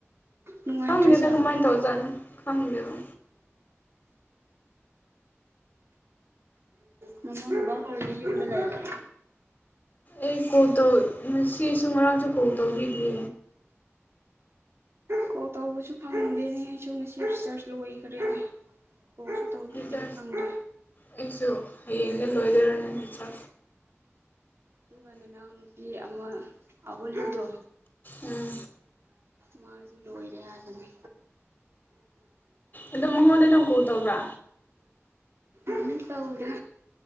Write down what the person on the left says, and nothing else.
ꯈꯪꯗꯦꯗ ꯀꯃꯥꯏꯅ ꯇꯧꯖꯠꯅꯣ ꯈꯪꯗꯦꯕ
ꯑꯦ ꯀꯧꯇꯧ ꯁꯤ ꯁ ꯃꯔꯔꯥꯡꯁꯨ ꯀꯣ ꯇꯧꯕꯤꯗ
ꯆ
ꯑꯩꯁꯨ ꯍꯌꯦꯡ ꯂꯣꯏꯗꯔꯅꯤ ꯆ
ꯎꯝ
ꯑꯗꯣ ꯃꯉꯣꯟꯗ ꯅꯪ ꯀꯣꯜ ꯇꯧꯕ꯭ꯔꯥ